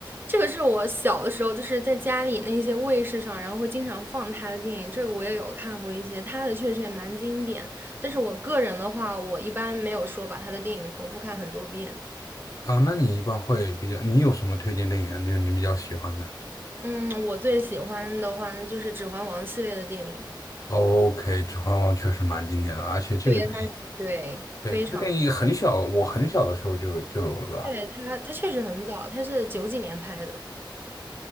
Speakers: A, on the right; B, on the left.
A: 这个是我小的时候就是在家里那些卫视上，然后会经常放他的电影，这个我也有看过一些，他的确实也蛮经典。但是我个人的话，我一般没有说把他的电影重复看很多遍。
B: 啊，那你一般会比较，你有什么推荐电影啊？就是你比较喜欢的
A: 嗯，我最喜欢的话那就是《指环王》系列的电影。
B: ？OK，《指环王》确实蛮经典的，而且这个电影，
A: 对，他对非常近，
B: 对，这个电影很小，我很小的时候就就有了吧？
A: 对他他确实很早，他是九几年拍的。